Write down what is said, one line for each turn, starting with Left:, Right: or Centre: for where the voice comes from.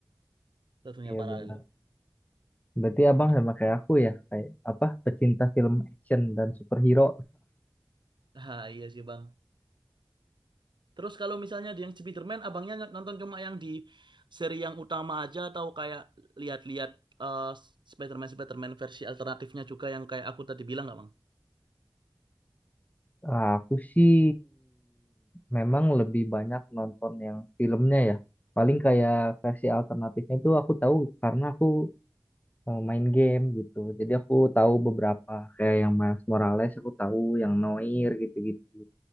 Right: atau dunia
Left: Iya
Right: paralel.
Left: benar. Berarti abang sama kayak aku ya kayak apa pecinta film action dan superhero.
Right: <laughs> Ah, iya sih Bang. Terus kalau misalnya di yang Spiderman, abangnya nonton cuma yang di seri yang utama aja atau kayak lihat-lihat eh, Spiderman Spiderman versi alternatifnya juga yang kayak aku tadi bilang nggak bang?
Left: Ah, Aku sih memang lebih banyak nonton yang filmnya ya. Paling kayak versi alternatifnya itu aku tahu karena aku eh, main game gitu. Jadi aku tahu beberapa kayak yang Miles Morales aku tahu, yang Noir gitu-gitu.